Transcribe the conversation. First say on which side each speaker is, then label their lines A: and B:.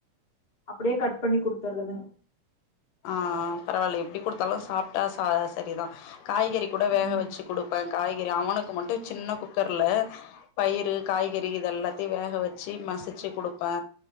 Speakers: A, on the left; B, on the left.
A: அப்டியே கட் பண்ணி குடுத்தர்றது
B: ஆ பரவால்ல எப்டி குடுத்தாலு சாப்ட்டா ச சரிதா காய்கறி கூட வேக
A: ம்.
B: வச்சு குடுப்பே காய்கறி அவனுக்கு மட்டு சின்ன குக்கர்ல பயிறு காய்கறி இதெல்லாத்தையு வேக வச்சு மசிச்சு குடுப்பே